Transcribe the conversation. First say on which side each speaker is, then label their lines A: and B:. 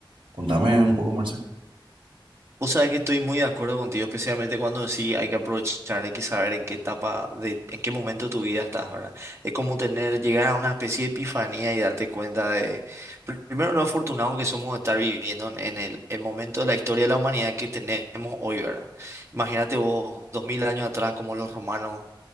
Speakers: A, on the right; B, on the right.
A: Contame un poco, Marce.
B: Vos sabés que estoy muy de acuerdo contigo, especialmente cuando sí hay que aprovechar, hay que saber en qué etapa, de, en qué momento de tu vida estás, ¿verdad? Es como tener, llegar a una especie de epifanía y darte cuenta de, pr- primero lo afortunado que somos de estar viviendo en, en el, el momento de la historia de la humanidad que tenemos hoy, ¿verdad? Imagínate vos, dos mil años atrás, como los romanos